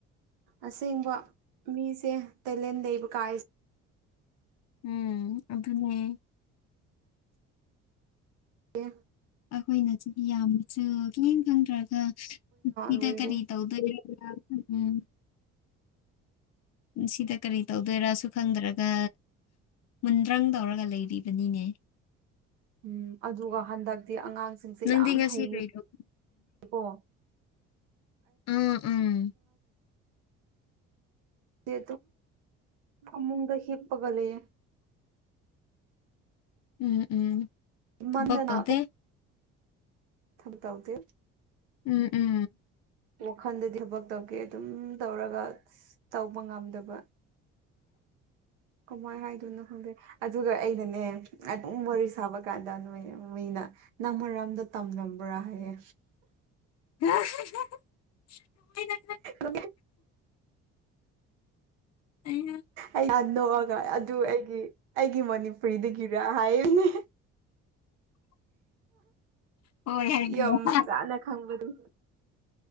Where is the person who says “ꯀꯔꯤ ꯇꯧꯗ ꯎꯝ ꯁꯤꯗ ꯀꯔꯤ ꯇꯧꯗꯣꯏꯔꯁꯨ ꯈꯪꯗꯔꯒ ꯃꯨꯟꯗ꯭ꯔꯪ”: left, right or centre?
Left